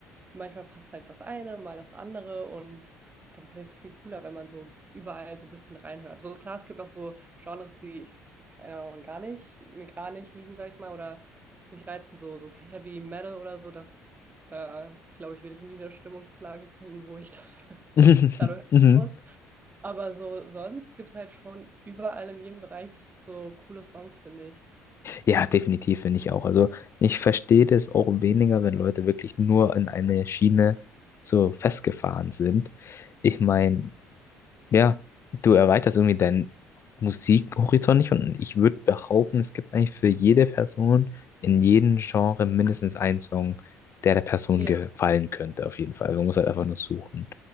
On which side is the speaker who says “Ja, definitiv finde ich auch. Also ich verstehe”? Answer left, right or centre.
Left